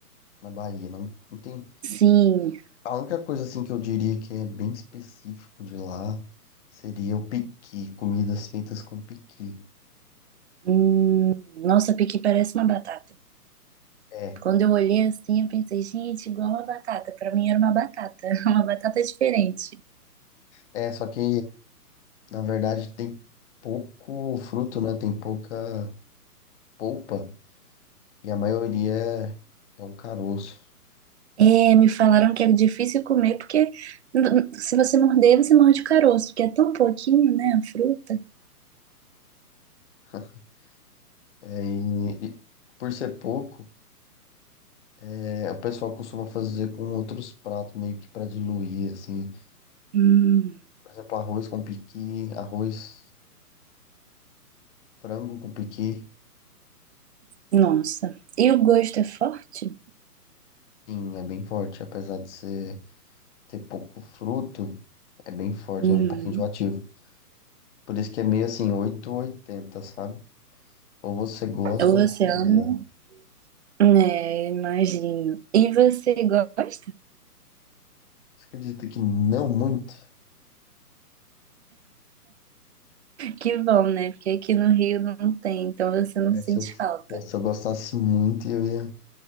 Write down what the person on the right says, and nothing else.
Sim,
hum, nossa, piqui parece uma batata.
Quando eu olhei assim, eu pensei, gente, igual uma batata. Para mim era uma batata, <laughs> uma batata diferente.
É, me falaram que era difícil comer, porque n- se você morder, você morde o caroço, porque é tão pouquinho, né, a fruta.
Hum,
nossa. E o gosto é forte?
Uhum.
Ou você
ama? É, imagino. E você gosta?
Que bom, né? Porque aqui no Rio não tem, então você não
sente
falta.